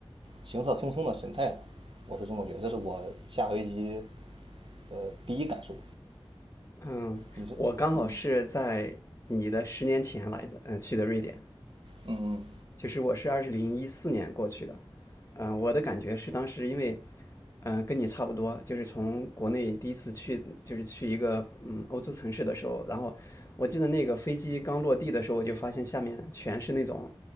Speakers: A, on the right; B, on the left.
A: 行色匆匆的神态吧，我是这么觉得，这是我下飞机呃第一感受。
B: 嗯，
A: 你是？
B: 我刚好是在你的十年前来的，
A: 嗯，
B: 嗯，去的瑞典。
A: 嗯嗯
B: 就是我是二0零一四年过去的，嗯，我的感觉是当时因为，嗯，跟你差不多，就是从国内第一次去，就是去一个嗯欧洲城市的时候，然后我记得那个飞机刚落地的时候，我就发现下面全是那种，